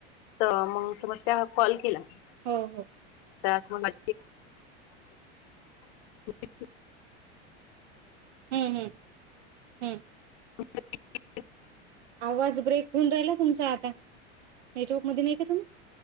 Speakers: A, on the left; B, on the right.
A: तर मग समज त्या कॉल केला.
B: हो हो
A: तर मग <unintelligible> <inaudible>
B: हं हं हं
A: <inaudible>
B: आवाज ब्रेक होऊन राहिला तुमचा आता..... नेटवर्क मध्ये नाही का तुम्ही?